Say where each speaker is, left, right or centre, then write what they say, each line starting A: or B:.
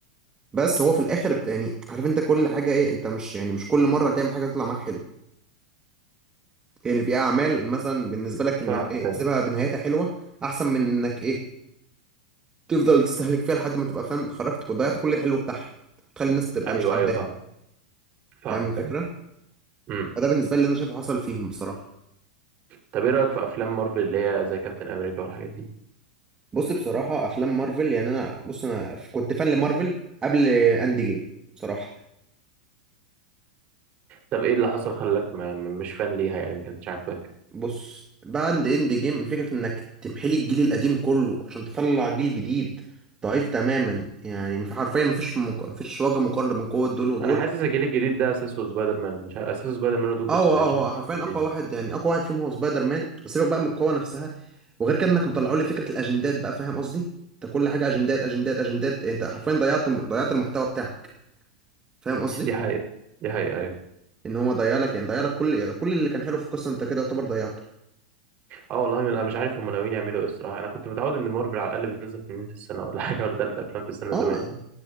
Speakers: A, on the right; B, on the right.
A: بس هو في الاخر بت- يعني عارف انت كل حاجه ايه انت مش يعني مش كل مره هتعمل حاجه تطلع معاك حلو يعني في اعمال مثلا بالنسبه لك انك
B: فاهمك
A: ايه
B: أيوة.
A: تسيبها بنهايتها حلوه احسن من انك ايه تفضل تستهلك فيها لحد ما تبقى فاهم خرجت وضيعت كل الحلو بتاعها وتخلي الناس تبقى
B: ايوه
A: مش حباها
B: ايوه فاهم فاهمك
A: فاهم الفكره
B: ايوه امم
A: فده بالنسبه لي اللي انا شايفه حصل فيهم بصراحه
B: طب ايه رايك في افلام مارفل اللي هي زي كابتن امريكا والحاجات دي
A: بص بصراحه افلام مارفل يعني انا بص انا ف- كنت فان لمارفل قبل اند جيم بصراحه
B: طب ايه اللي حصل خلاك ما م- مش فان ليها يعني ما كانتش عاجباك
A: بص بعد اند جيم فكرة انك تمحلي الجيل القديم كله عشان تطلع جيل جديد ضعيف تماما يعني مف- حرفيا مفيش مق... مفيش وجه مقارنة بين قوة دول ودول
B: انا حاسس الجيل الجديد ده اساسه سبايدر مان مش ع- اساسه سبايدر مان ودكتور
A: اه
B: سترينج
A: هو اه هو
B: حاسس
A: حرفيا
B: الجيل
A: اقوى
B: الجديد
A: واحد يعني اقوى واحد فيهم هو سبايدر مان سيبك بقى من القوه نفسها وغير كده انك مطلعوا لي فكره الاجندات بقى فاهم قصدي انت كل حاجه اجندات اجندات اجندات يعني انت حرفيا ضيعت ضيعت المحتوى بتاعك فاهم قصدي
B: دي حقيقة دي حقيقة ايوه
A: ان هو ضيع لك يعني ضيع لك كل كل اللي كان حلو في القصه انت كده يعتبر ضيعته
B: اه والله انا مش عارف هم ناويين يعملوا ايه الصراحة انا كنت متعود ان مارفل على الاقل بتنزل فيلمين في السنة ولا حاجة ولا ثلاث افلام في السنة
A: اه
B: زمان يعني.